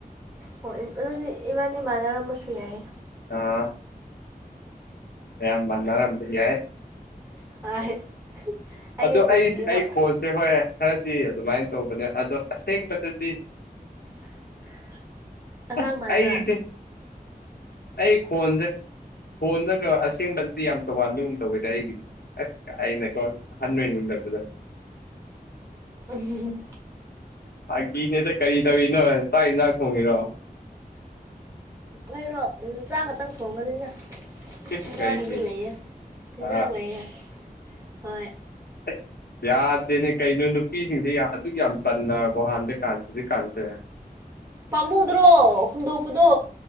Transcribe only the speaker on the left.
ꯑꯥ ꯌꯥꯝ ꯃꯥꯟꯅꯔꯝꯕ ꯌꯥꯏ
ꯑꯗꯣ
ꯑꯩ ꯑꯩ ꯑꯩ ꯈꯣꯟꯁꯦ ꯍꯣꯏ ꯈꯔꯗꯤ ꯑꯗꯨꯃꯥꯏꯅ ꯇꯧꯕꯅꯦ ꯑꯗꯣ ꯑꯁꯦꯡꯕꯗꯗꯤ
ꯑꯁ
ꯑꯩꯁꯦ ꯑꯩ ꯈꯣꯟꯁꯦ ꯐꯣꯟꯗꯒ ꯑꯁꯦꯡꯕꯗꯗꯤ ꯌꯥꯝ ꯇꯣꯉꯥꯟꯕꯒꯨꯝ ꯇꯧꯋꯦꯗ ꯑꯩꯒꯤꯗꯤ ꯑꯁ ꯑꯩꯅꯀꯣ ꯑꯍꯟ ꯑꯣꯏꯅꯤꯡꯗꯕꯗꯣ
ꯐꯥꯒꯤꯅꯦꯗ ꯀꯔꯤ ꯇꯧꯔꯤꯅꯣ ꯆꯥꯛ ꯌꯦꯟꯖꯥꯡ ꯊꯣꯡꯉꯤꯔꯣ
ꯏꯁ
ꯀꯩꯒꯤ
ꯑ
ꯐ <inaudible> ꯌꯥꯗꯦꯅꯦ ꯀꯩꯅꯣ ꯅꯨꯄꯤꯁꯤꯡꯁꯦ ꯑꯗꯨꯛ ꯌꯥꯝ ꯇꯟꯅꯔꯕꯣ ꯍꯥꯟꯅ ꯀꯥꯟꯖꯤꯛ ꯀꯥꯟꯁꯦ